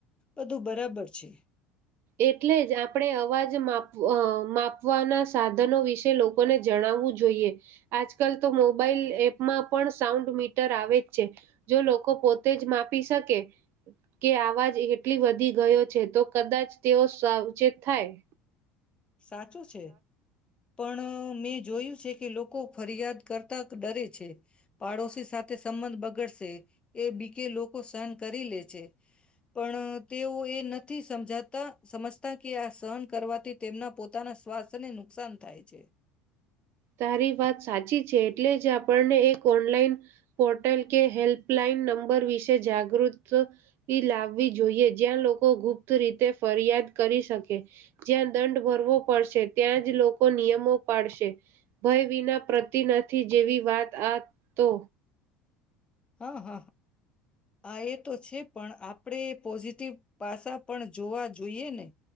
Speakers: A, on the left; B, on the right.
A: બધું બરાબર છે.
B: એટલે જ આપણે અવાજ માપ અ માપવાના સાધનો વિશે લોકોને જણાવવું જોઈએ આજકાલ તો મોબાઈલ એપમાં પણ સાઉન્ડ મીટર આવે જ છે જો લોકો પોતે જ માપી શકે કે આવાજ એટલી વધી ગયો છે તો કદાચ તેઓ સાવચેત થાય.
A: સાચું છે. પણ મેં જોયું છે કે લોકો ફરિયાદ કરતા ડરે છે પાડોશી સાથે સંબંધ બગડશે એ બીકે લોકો સહન કરી લે છે પણ તેઓ એ નથી સમજાતા સમજ કે આ સહન કરવાથી તેમના પોતાના સ્વાસ્થ્યને નુકસાન થાય છે.
B: તારી વાત સાચી છે એટલે જ આપણને એક ઓનલાઈન પોર્ટલ કે હેલ્પલાઈન નંબર વિશે જાગૃતતિ લાવવી જોઈએ જ્યાં લોકો ગુપ્ત રીતે ફરિયાદ કરી શકે જ્યાં દંડ ભરવો પડશે ત્યાં જ લોકો નિયમો પાડશે. ભય વિના પ્રતિ નથી જેવી વાત આ તો
A: હ હ હ. હા એ તો છે પણ આપ આપણે પોઝિટિવ ભાષા પણ જોવા જોઈએ ને